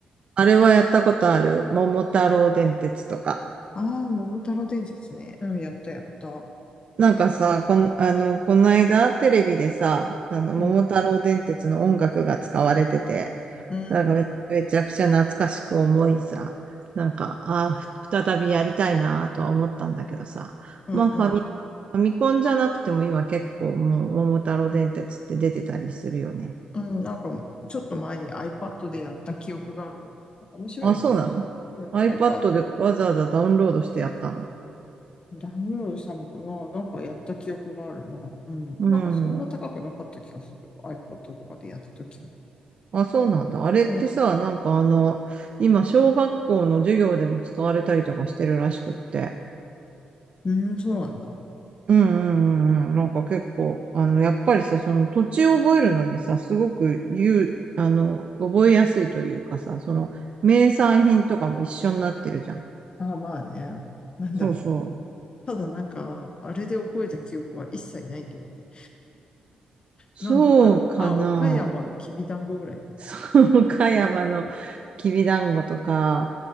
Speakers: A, on the right (about 50°); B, on the left (about 40°).
A: あれはやったことある。桃太郎電鉄とか。
B: ああ、桃太郎電鉄ね。うん、やったやった。
A: なんかさ、こん、あの、この間テレビでさ、あの、
B: うん。
A: 桃太郎電鉄の音楽が使われてて、
B: うん。
A: なんかめ、めちゃくちゃ懐かしく思いさ、なんか、ああ、ふ再びやりたいなとは思ったんだけどさ、
B: うん。
A: まあファミ、
B: うん。
A: ファミコンじゃなくても今結構もう桃太郎電鉄って出てたりするよね。
B: うん、なんか、ちょっと前に iPad でやった記憶があるわ。なんか面白いよね。
A: あ、そうなの
B: うん、
A: ?iPad
B: iPad
A: でわざわざダウンロードしてやったの。
B: ダウンロードしたのかななんかやった記憶があるな。うん。
A: うん。
B: なんかそんな高くなかった気がする。iPad とかでやった時も。
A: あ、そうなんだ。あれってさ、
B: うん。
A: なんかあの、今小学校の授業でも使われたりとかしてるらしくって。
B: うーん、そうなんだ。
A: うんうんうんうん。なんか結構、あの、やっぱりさ、その土地を覚えるのにさ、すごく言う、あの、覚えやすいというかさ、その、名産品とかも一緒になってるじゃん。
B: ああ、まあね。なんだろう。
A: そうそう。
B: ただなんか、あれで覚えた記憶は一切ないけどね。
A: そうかな。
B: なんかある。あ、岡山のきびだんごぐらいか
A: <laughs> そう、岡山のきびだんごとか、